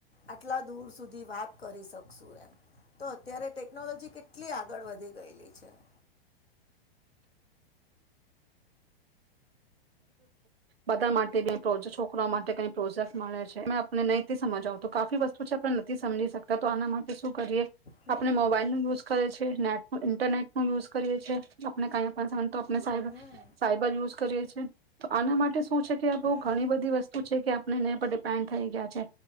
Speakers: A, on the left; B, on the right.
A: આટલા દૂર સુધી વાત કરી શકશું એમ તો અત્યારે ટેકનોલોજી કેટલી કેટલી આગળ વધી ગયેલી છે <inaudible>
B: બધા માટે છોકરાઓ માટે કઈ પ્રોજેક્ટ મળે છે આપને નહીથી સમજાવ તો કફી વસ્તુ છે આપણે નથી સમજી શકતા તો આના માટે શું કરીએ
A: હમ
B: આપણે મોબાઈલ નું યુઝ કરે છે નેટનું ઇન્ટરનેટ નું યુઝ કરીએ છી લોકોને ક તો આપણે સાયબર
A: હમ
B: સાયબર યુઝ કરીએ છીએ તો આના માટે શું છે કે બઉ
A: હમ
B: ઘણી બધી વસ્તુ છે કે ને પર ડિપેન્ડ થઈ ગયા છે